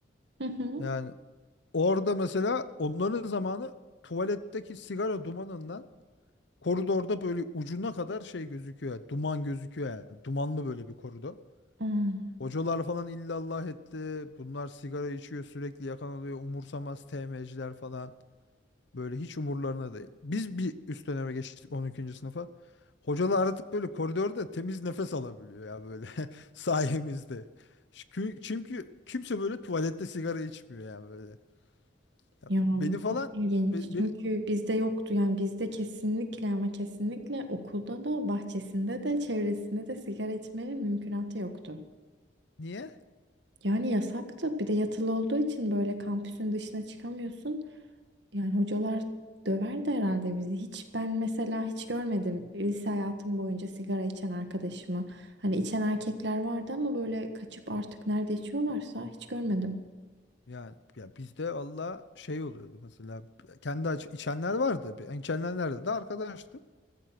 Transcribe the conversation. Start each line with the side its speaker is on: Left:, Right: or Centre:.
Right: Hı hı.
Left: Yani orada mesela onların zamanı tuvaletteki sigara dumanından koridorda böyle ucuna kadar şey gözüküyor. Yani Duman gözüküyor yani. Dumanlı böyle bir koridor.
Right: Hmm.
Left: Hocalar falan illallah etti. Bunlar sigara içiyor sürekli yakan oluyor. Umursamaz TM'ciler falan. Böyle hiç umurlarına değil. Biz bir üst döneme geçtik on ikinci sınıfa. Hocalar artık böyle koridorda temiz nefes alabiliyor ya böyle <laughs> sayemizde. Çünkü çünkü kimse böyle tuvalette sigara içmiyor yani böyle. Ya
Right: Ya
Left: beni falan
Right: çok ilginç.
Left: be- beni-
Right: Çünkü bizde yoktu yani bizde kesinlikle ama kesinlikle okulda da bahçesinde de çevresinde de sigara içmenin mümkünatı yoktu.
Left: niye?
Right: Yani yasaktı. Bir de yatılı olduğu için böyle kampüsün dışına çıkamıyorsun. Yani hocalar döverdi herhalde bizi. Hiç ben mesela hiç görmedim lise hayatım boyunca sigara içen arkadaşımı. Hani içen erkekler vardı ama böyle kaçıp artık nerede içiyorlarsa hiç görmedim.
Left: Yani ya bizde Allah şey oluyordu mesela kendi aç- içenler vardı. Ben içenler nerede de arkadaştım.